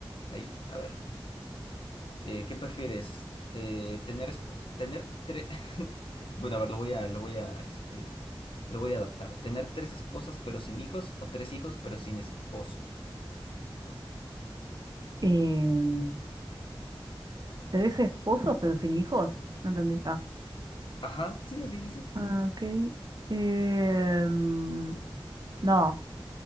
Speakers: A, on the left; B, on the right.
A: Ahí, a ver, eh, ¿qué prefieres? Eh, tener, esp- tener tres... <laughs> Bueno, a ver, lo voy a, lo voy a, este, lo voy a adaptar. ¿Tener tres esposas pero sin hijos o tres hijos pero sin esposo?
B: Em, tres esposos pero sin hijos, no entendí. Ah,
A: Ajá, sí, así dice.
B: ah, ok. Em, no,